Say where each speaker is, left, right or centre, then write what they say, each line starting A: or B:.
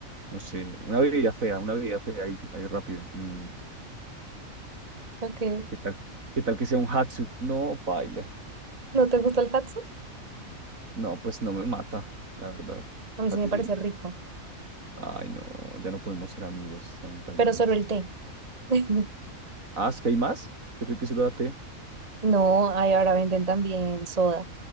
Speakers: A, on the right (about 70°); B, on the right (about 30°).
A: no sé, una bebida fea, una bebida fea ahí, ahí rápido. mm,
B: Ok.
A: ¿qué tal, qué tal que sea un hatsu? No, paila.
B: ¿No te gusta el hat?
A: No, pues no me mata, la verdad.
B: A mí
A: ¿A
B: sí
A: ti
B: me parece
A: sí?
B: rico,
A: Ay, no, ya no podemos ser amigos, lamentablemente.
B: pero solo el té. <laughs>
A: Ah, ¿es que hay más? Yo creo que solo la té.
B: No, ahí ahora venden también soda